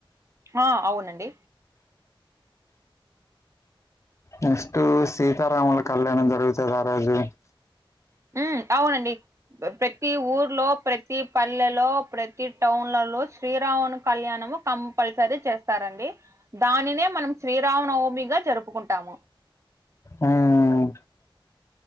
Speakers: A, on the right; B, on the left.
A: ఆ అవునండి
B: నెక్స్ట్ సీతారాముల కళ్యాణం జరుగుతది ఆ రోజు
A: ఉమ్ అవునండి ప్రతి ఊర్లో ప్రతి ప్రతి పల్లెలో ప్రతి టౌన్లలో శ్రీరాముని కళ్యాణము కంపల్సరీ చేస్తారండి దానినే మనం శ్రీరామ నవమిగా జరుపుకుంటాము
B: ఉమ్